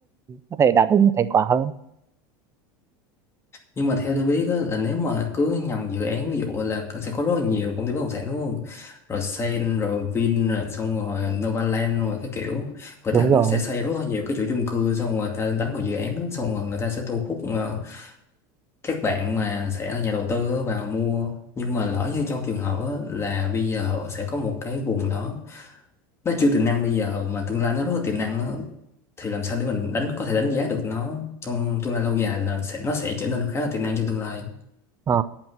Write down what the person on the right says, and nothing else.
có thể đạt được nhiều thành quả hơn
đúng
rồi
Ờ,